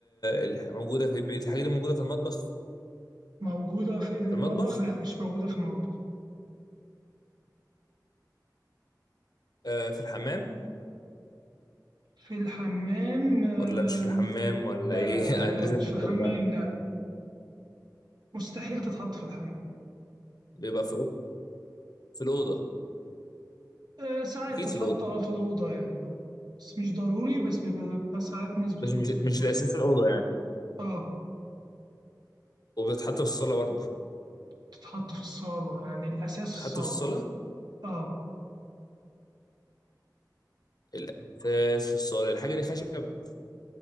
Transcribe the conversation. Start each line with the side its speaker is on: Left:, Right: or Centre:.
Left: ال- موجوده في البيت الحاجه دي موجوده في المطبخ
Right: موجودة في المطبخ
Left: في المطبخ
Right: لا مش موجودة في المطبخ
Left: آه في الحمام
Right: في الحمام آم،
Left: ولا مش في الحمام ولا
Right: لا
Left: ايه
Right: لا
Left: <laughs> يعني
Right: لا لا
Left: لازم
Right: مش
Left: نوصل
Right: في الحمام لا لا مستحيل تتحط في الحمام
Left: بيبقى في الأوضة في الأوضة
Right: آه، ساعات
Left: أكيد
Right: تتحط
Left: في الأوضة
Right: اه في الأوضة يعني اه بس مش ضروري بس بيبقى بيبقى ساعات ناس بتحط
Left: مش مش
Right: في الأوضة
Left: مش الأساس في الأوضة يعني
Right: اه
Left: وبتتحط في الصالة برضه
Right: تتحط في الصالة يعني الأساس
Left: بتتحط
Right: الصالة
Left: في الصالة
Right: اه
Left: الأساس في الصالة الحاجة دي خشب